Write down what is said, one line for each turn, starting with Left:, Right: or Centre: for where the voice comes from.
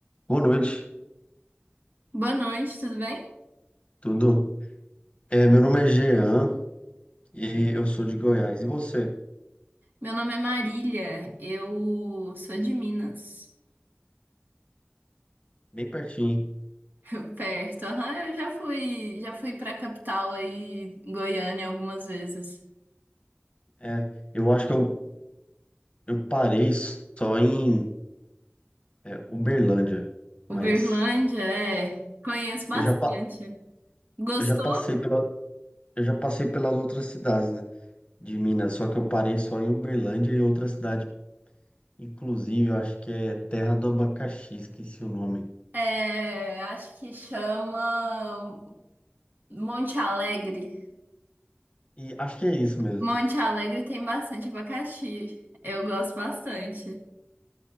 Left: Boa noite,
Right: Boa noite, tudo bem?
Left: tudo? É, meu nome é Jean e eu sou de Goiás. E você?
Right: Meu nome é Marília, eu sou de Minas,
Left: Bem pertinho.
Right: <laughs> perto. Aham, eu já fui, já fui para capital aí, Goiânia, algumas vezes.
Left: É, eu acho que eu, eu parei só em é, Uberlândia,
Right: Uberlândia,
Left: mas
Right: é, conheço bastante.
Left: eu já, pa-
Right: Gostou?
Left: eu já passei pela, eu já passei pelas outras cidades, né, de Minas, só que eu parei só em Uberlândia e outra cidade, inclusive, eu acho que é Terra do Abacaxi, esqueci o nome.
Right: É, acho que chama Monte Alegre.
Left: E acho que é isso mesmo.
Right: Monte Alegre tem bastante abacaxi. Eu gosto bastante.